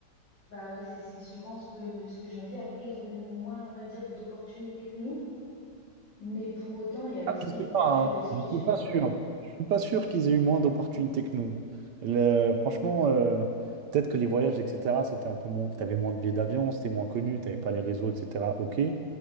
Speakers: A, on the left (about 65°); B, on the right (about 70°).
A: bah ouais, c'est c'est souvent ce que, ce que je me dis. Après, ils ont eu moins, on va dire, d'opportunités que nous, mais pour autant, il y a aussi
B: Ah, Je
A: une
B: sais
A: ouverture
B: pas, hein.
A: d'esprit
B: Je suis
A: supplémentaire.
B: pas sûr. Je suis pas sûr qu'ils aient eu moins d'opportunités que nous. Le- franchement, euh, peut-être que les voyages, etc., c'était un peu moins. T'avais moins de billets d'avion, c'était moins connu, t'avais pas les réseaux, etc. Ok,